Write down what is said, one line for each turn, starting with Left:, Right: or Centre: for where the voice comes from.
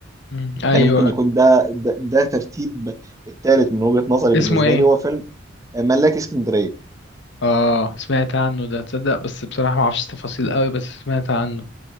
Left: مم. ايوه
Right: يعني ممكن يكون ده ده, ده ترتيب الثالث من وجهة نظري
Left: اسمه
Right: بالنسبة
Left: ايه
Right: لي هو فيلم ملاك اسكندرية
Left: اه سمعت عنه ده تصدق بس بصراحة ما اعرفش تفاصيل قوي بس سمعت عنه